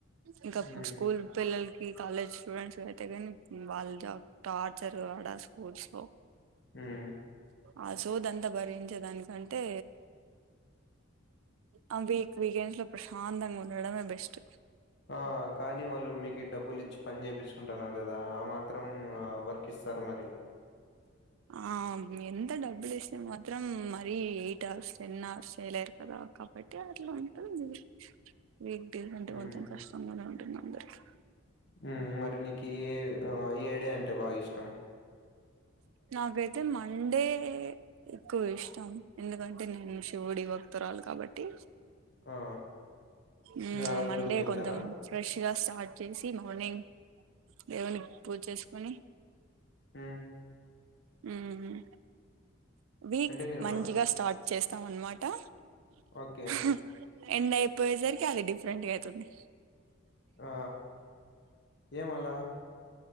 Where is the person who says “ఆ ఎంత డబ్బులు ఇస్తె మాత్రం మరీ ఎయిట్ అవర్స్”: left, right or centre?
Right